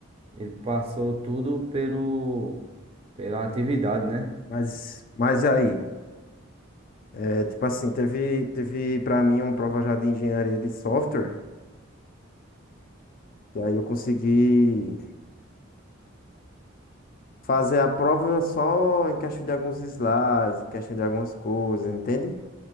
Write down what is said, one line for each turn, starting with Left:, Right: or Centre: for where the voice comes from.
Right: ele passou tudo pelo, pela atividade, né?
Left: Mas, mas aí? É, tipo assim, teve, teve para mim uma prova já de engenharia de software, e aí eu consegui fazer a prova só em questão de alguns slides, em questão de algumas coisas, entende?